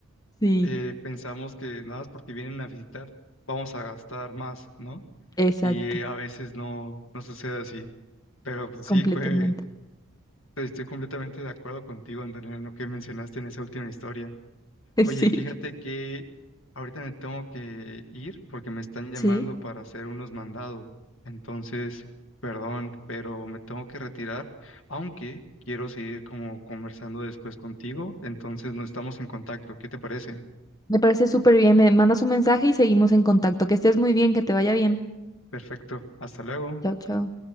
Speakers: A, on the left; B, on the left.
A: Sí,
B: eh, pensamos que nada más porque vienen a visitar vamos a gastar más, ¿no?
A: exacto,
B: Y a veces no, no sucede así. Pero pues,
A: completamente.
B: sí, fue Pues, Estoy completamente de acuerdo contigo, Antonio, en lo que mencionaste en esa última historia.
A: <laughs>
B: Oye, fíjate
A: Sí,
B: que ahorita me tengo que ir porque me están llamando
A: sí.
B: para hacer unos mandados. Entonces, perdón, pero me tengo que retirar, aunque quiero seguir como conversando después contigo. Entonces, nos estamos en contacto. ¿Qué te parece?
A: Me parece súper bien. Me mandas un mensaje y seguimos en contacto. Que estés muy bien, que te vaya bien.
B: Perfecto. Hasta luego.
A: Chao, chao.